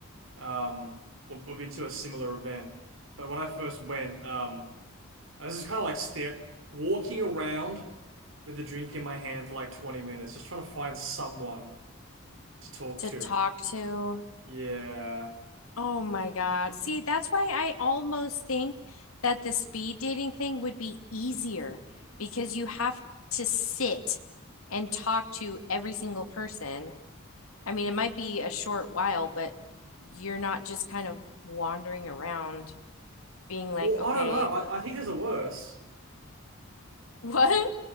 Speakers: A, on the right; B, on the left.
A: Um, well, I've been to a similar event, but when I first went, um, I was just kind of like stare walking around with a drink in my hand for like 20 minutes, just trying to find someone to talk
B: To
A: to.
B: talk to
A: Yeah.
B: Oh my God. See, that's why I almost think that the speed dating thing would be easier because you have to sit and talk to every single person. I mean, it might be a short while, but you're not just kind of wandering around being like,
A: Well,
B: okay,
A: I don't know. I, I think there's a worse.
B: <laughs> what?